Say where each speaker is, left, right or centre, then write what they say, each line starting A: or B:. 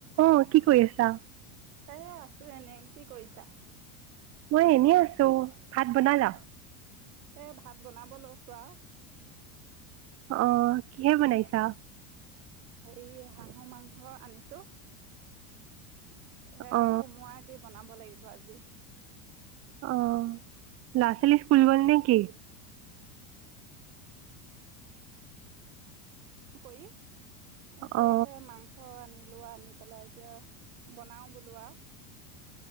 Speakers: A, on the right; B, on the right.
A: অ কি কৰি আছা
B: এ আছো এনেই কি কৰিছা
A: মই এনেই আছো ভাত বনালা
B: এ ভাত বনাব লৈছোঁ আও
A: অ কিহে বনাইছা।
B: হেই <inaudible> হাঁহৰ মাংস আনিছোঁ সেয়া
A: অ
B: কোমোৱাই দি বনাব লাগিব বাজে
A: অহ লৰা ছোৱালী স্কুল গল নেকি
B: কৰি এতিয়া
A: অ
B: সে মাংস আনিছোঁ। লোৱা নিপেলাই এতিয়া বনাও বুলোৱা